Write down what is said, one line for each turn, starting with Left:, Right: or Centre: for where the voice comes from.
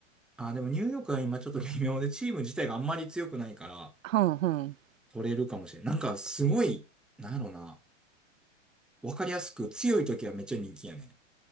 Centre: あ、でもニューヨークは今ちょっと微妙で、チーム自体があんまり強くないから
Right: あ。うんうん。
Centre: 取れるかもしれん。なんかすごい、なんやろな、わかりやすく強い時はめっちゃ人気やね